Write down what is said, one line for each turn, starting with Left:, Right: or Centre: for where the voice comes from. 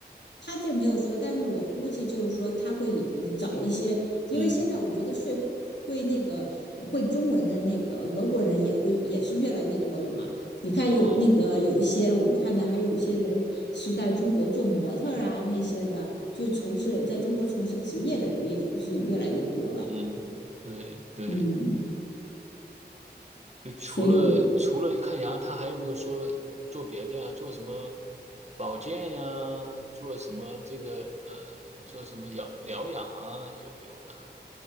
Left: 他这没有说，但是我估计就是说他会找一些，因为现在我觉得睡会那个会中文的那个俄国人也会也是越来越多了嘛。
Right: 嗯，
Left: 你看有那个有一些我们看的，
Right: 哦，
Left: 还有一些人是在中国做模特啊那些的，就从事在中国从事职业的人也是越来越多了。
Right: 嗯，对对。
Left: 嗯，
Right: 就除了除了看牙，
Left: 所以我
Right: 他还有没有说做别的呀？做什么保健呀？做什么这个呃，做什么疗疗养啊？有没有呢？